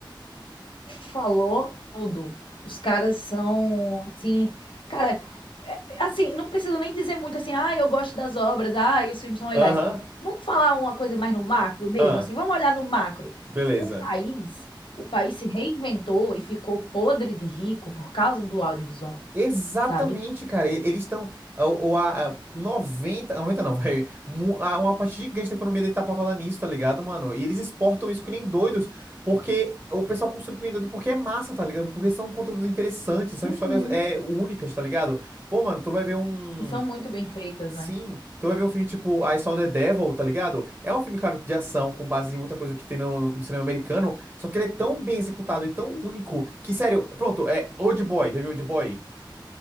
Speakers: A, on the left (about 80°); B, on the right (about 25°).
A: falou tudo. Os caras são assim, cara, é- assim, não preciso nem dizer muito assim, ah, eu gosto das obras, ah, e os filmes são legais.
B: Aham,
A: Vamos falar uma coisa mais no macro mesmo,
B: ah,
A: assim, vamos olhar no macro.
B: beleza.
A: O país, o país se reinventou e ficou podre de rico por causa do audiovisual,
B: Exatamente,
A: sabe?
B: cara. E- Eles estão. Ou a, a 90 90 não, <laughs> velho. Uma parte gigante da economia deles tá pautada nisso, tá ligado, mano? E eles exportam isso que nem doidos, porque o pessoal consome que nem doido porque é massa, tá ligado? Porque são conteúdos interessantes, são
A: Uhum.
B: histórias é, únicas, tá ligado? Pô, mano, tu vai ver um.
A: E são muito bem feitas,
B: Sim,
A: né?
B: tu vai ver um filme tipo I Saw the Devil, tá ligado? É um filme, claro, de ação, com base em muita coisa que tem no, no cinema americano, só que ele é tão bem executado e tão único que, sério, pronto, é Old Boy, já viu Old Boy?